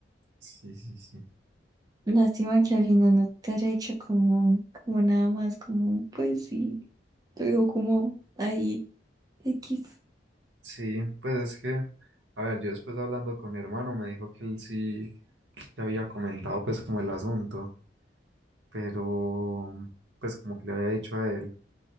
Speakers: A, on the right; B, on the right.
A: Sí, sí, sí.
B: Lástima que al final no te haya hecho como, como nada más, como, pues sí, te digo como ahí, X.
A: Sí, pues es que, a ver, yo después hablando con mi hermano me dijo que él sí le había comentado pues como el asunto, pero pues como que le había dicho a él,